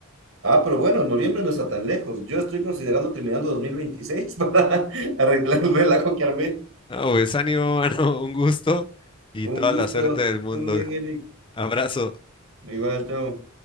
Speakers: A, on the right (about 65°); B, on the left (about 25°).
A: Ah, pero bueno, noviembre no está tan lejos. Yo estoy considerando terminando 2026 para <laughs> arreglar el relajo que armé.
B: Ah, pues ánimo, <laughs> mano, un gusto y
A: Un
B: toda
A: gusto.
B: la suerte del mundo.
A: Estás muy bien, Eric.
B: Abrazo.
A: Igual, chao.